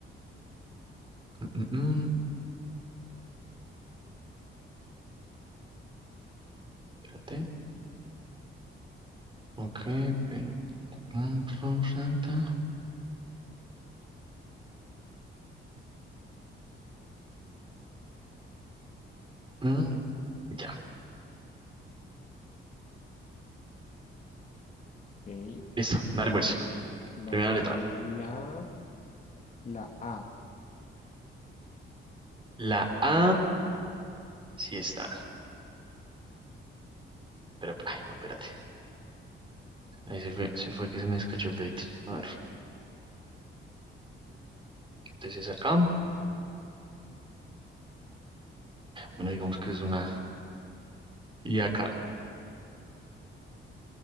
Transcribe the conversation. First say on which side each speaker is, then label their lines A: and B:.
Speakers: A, on the right (about 25°); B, on the left (about 40°).
A: mm, mm, mm. Espérate. Ok. pe- mm, ro- ra- ta. Mm, ya.
B: Ok.
A: Listo. Dale pues.
B: Vamos
A: Primera letra.
B: con la, la A.
A: La A sí está. Pero, ay, no, espérate. Ahí se fue, se fue que se me escachó el dedito. A ver. Entonces acá. Bueno, digamos que es una. Y acá.